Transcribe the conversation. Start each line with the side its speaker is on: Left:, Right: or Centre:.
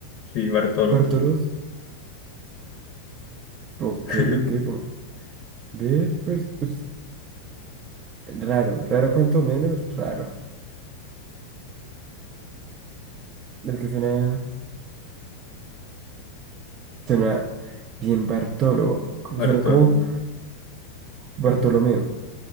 Left: Sí, Bartolo.
Right: Bartolos, ok,
Left: <laughs>
Right: ok. bo- Ve, pues, pues, raro, raro cuanto menos, raro. Es que suena, suena bien, Bartolo. co-
Left: Bartol-
Right: Suena como Bartolomeo.